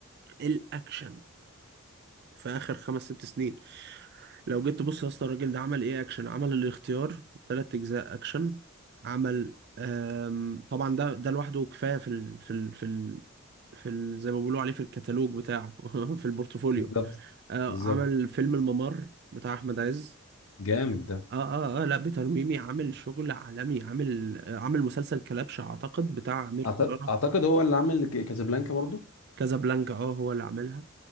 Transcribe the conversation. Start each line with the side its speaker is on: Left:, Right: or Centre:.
Right: الاكشن في اخر خمس ست سنين لو جيت تبص يا اسطى الراجل ده عمل ايه اكشن عمل الاختيار ثلاث اجزاء اكشن عمل آم، طبعا ده ده لوحده كفايه في ال في ال في ال في ال زي ما بيقولوا عليه في الكتالوج بتاعه <laughs> في البورتفوليو
Left: بالظبط
Right: آه،
Left: بالظبط
Right: عمل فيلم الممر بتاع احمد عز
Left: جامد ده
Right: اه اه اه لا بيتر ميمي عامل شغل عالمي عامل آه، عامل مسلسل كلبش اعتقد بتاع امير كرارة
Left: أعت- اعتقد هو اللي عامل ك- كازابلانكا برضو
Right: كازابلانكا اه هو اللي عاملها